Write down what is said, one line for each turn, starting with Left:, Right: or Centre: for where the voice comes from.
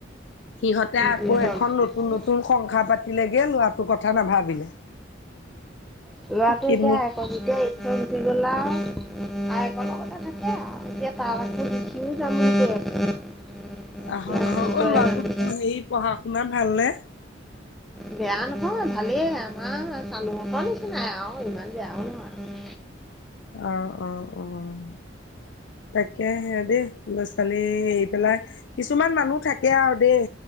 Left: সিহঁতে আকৌ
Centre: যিয়ে জন্ম
Left: এখন নতুন
Centre: দিলে
Left: নতুন- সংসাৰ পাতিলেগে ল'ৰাটোৰ কথা নাভাবিলে।
Centre: লৰাটোৱে
Left: কিডনী
Centre: এতিয়া এক- এতিয়া উঠি গল আও ককায়েক কথা থাকে আও এতিয়া তাৰ আকৌ- সিয়ো যাম বুলি কৈ আছে। এতিয়া
Left: আহক আহক
Centre: কি
Left: অ
Centre: কৰে
Left: ল'ৰাটো
Centre: জানো
Left: হেৰি পঢ়া শুনাত ভালনে?
Centre: বেয়া নহয় ভালেই আমাৰ চানুহঁতৰ নিচিনাই আও ইমান বেয়াও নহয়।
Left: অঁ অঁ অঁ, তাকে সে দেই। ল'ৰা ছোৱালী এৰি পেলাই কিছুমান মানুহ থাকে আৰু দেই।